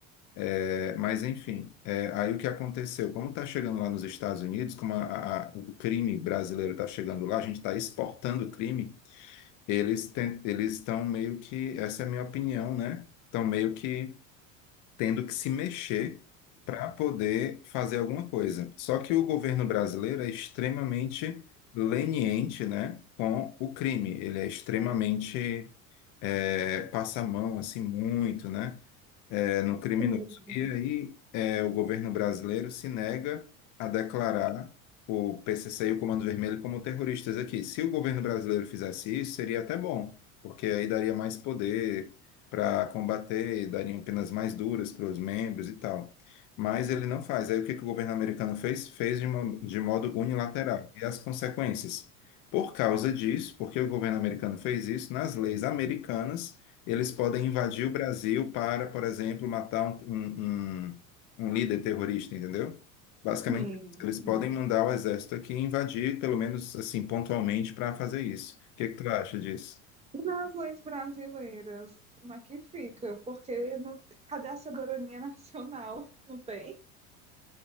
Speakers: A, on the left (about 50°); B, on the right (about 15°).
A: É, mas, enfim, é, aí o que aconteceu? Como está chegando lá nos Estados Unidos, como a- a- a- o crime brasileiro está chegando lá, a gente está exportando crime, eles ten- eles estão meio que, essa é a minha opinião, né? Estão meio que tendo que se mexer para poder fazer alguma coisa. Só que o governo brasileiro é extremamente leniente, né, com o crime. Ele é extremamente é, passa a mão assim muito, né, é, no criminoso.
B: Sim,
A: E aí é, o governo brasileiro se nega a declarar o PCC e o Comando Vermelho como terroristas aqui. Se o governo brasileiro fizesse isso, seria até bom, porque aí daria mais poder para combater, dariam penas mais duras para os membros e tal. Mas ele não faz. Aí o que que o governo americano fez? Fez de mo- de modo unilateral. E as consequências? Por causa disso, porque o governo americano fez isso, nas leis americanas eles podem invadir o Brasil para, por exemplo, matar um, um, um- um líder terrorista, entendeu? Basicamente,
B: Sim.
A: eles podem
B: sim.
A: mandar o exército aqui e invadir, pelo menos assim, pontualmente, para fazer isso. O que que tu acha disso?
B: E nas leis brasileiras, como é que fica? Porque não, cadê a soberania <laughs> nacional? Não tem.